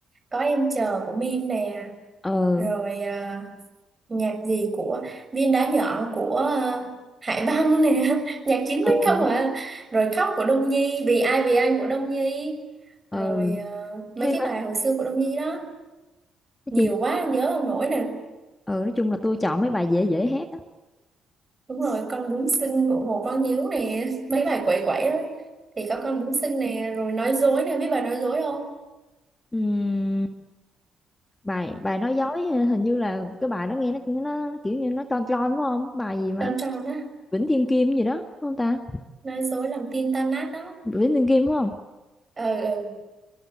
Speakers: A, on the right; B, on the left.
A: có em chờ của Min nè,
B: ừ
A: rồi ờ, nhạc gì của Viên Đá Nhỏ của ờ, Hải Băng nè, <laughs> nhạc chín
B: ừ
A: x không à. Rồi khóc của Đông Nhi, vì ai vì anh của Đông Nhi.
B: ừ
A: Rồi ờ, mấy
B: Thế
A: cái
B: phải-
A: bài hồi xưa của Đông Nhi đó,
B: nói
A: nhiều
B: chung
A: quá nhớ không nổi nè.
B: ừ nói chung là tôi chọn mấy bài dễ dễ hát á
A: Đúng rồi, con bướm xinh của Hồ Quang Hiếu nè, mấy bài quẩy quẩy á thì có con bướm xinh nè, rồi nói dối nè, biết bài nói dối không?
B: Ừm, bài bài nói dối ờ, hình như là cái bài đó nghe nó nó kiểu như nó tròn tròn đúng không bài gì mà
A: tròn tròn á
B: Vĩnh Thiên Kim gì đó đúng không ta
A: nói dối làm tin tan nát đó
B: Vĩnh Thiên Kim đúng không
A: ờ ừ,